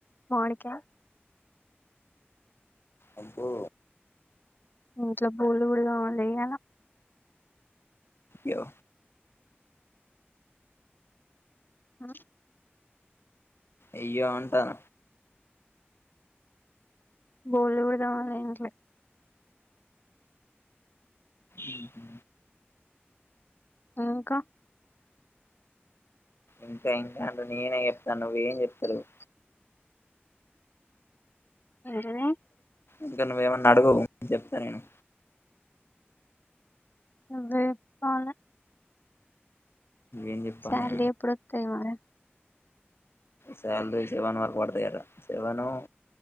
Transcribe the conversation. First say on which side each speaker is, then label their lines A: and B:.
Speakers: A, on the left (about 50°); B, on the left (about 70°).
A: మావ్డికాయ్
B: అబ్బో
A: ఇంట్లో బోల్డ్ ఊళ్ళో వోల్లెయ్యాల
B: యో
A: ఆ
B: అయ్యో అంటాన
A: బోల్డు గూడ తోమాలా ఇంట్లో
B: ఉహు
A: ఇంకా
B: ఇంకా, ఇంకా అంట నేనే చెప్తా నువ్వేం చెప్తలేవ్
A: ఎంటివీ?
B: ఇంక నువ్వేమన్న అడుగు చెప్త నేను
A: నువ్వే చెప్పాలే
B: ఏం చెప్పాలనే
A: స్యాలరి ఎప్పుడొత్తయ్ మరి?
B: స్యాలరి సెవెన్ వరకు బడతయ్అట. సెవను